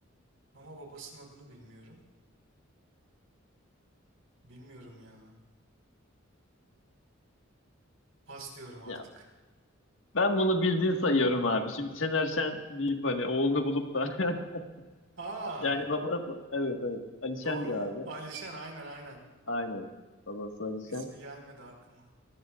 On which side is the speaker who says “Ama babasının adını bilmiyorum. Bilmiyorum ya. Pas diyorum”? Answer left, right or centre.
Right